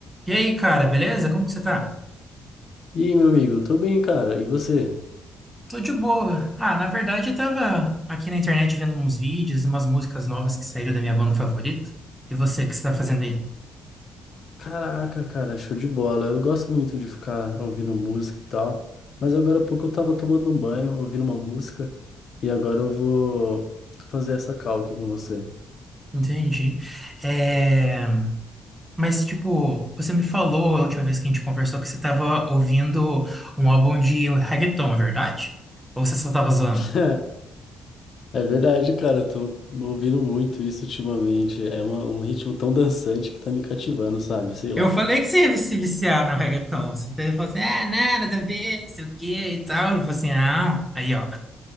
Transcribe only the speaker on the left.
E aí, meu amigo, tô bem, cara. E você?
Caraca, cara, show de bola. Eu gosto muito de ficar ouvindo música e tal. Mas agora há pouco eu tava tomando um banho, ouvindo uma música. E agora eu vou fazer essa call aqui com você.
<laughs> É, é verdade, cara. Eu tô ouvindo muito isso ultimamente. É uma- um ritmo tão dançante que tá me cativando, sabe? Sei lá.